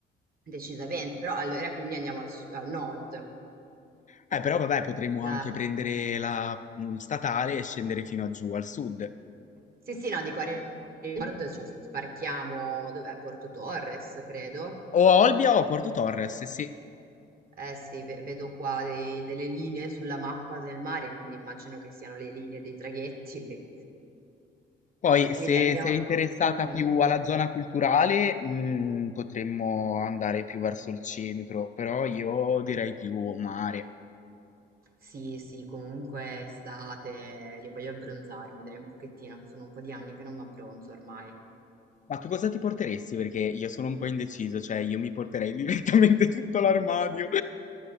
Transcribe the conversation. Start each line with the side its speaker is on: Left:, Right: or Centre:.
Right: decisamente, però allora quindi andiamo al su- al nord.
Left: Eh, però vabbè, potremmo
Right: La-
Left: anche prendere la mh, statale e scendere fino a giù al sud.
Right: Sì, sì, no, dico a nord, cioè sbarchiamo, dov'è? Porto Torres, credo.
Left: O a Olbia o a Porto Torres, sì.
Right: Eh sì, ve- vedo qua dei- delle linee sulla mappa del mare, quindi immagino che siano le linee dei traghetti. le-
Left: Poi,
Right: Quindi
Left: se
Right: arriviamo...
Left: sei interessata
Right: Mhm.
Left: più alla zona culturale, mh, potremmo andare più verso il centro, però io direi più mare.
Right: Sì, sì, comunque è estate, io voglio abbronzarmi, dai un pochettino, che sono un po' di anni che non mi abbronzo ormai.
Left: Ma tu cosa ti porteresti? Perché io sono un po' indeciso, cioè io mi porterei <laughs> direttamente tutto l'armadio.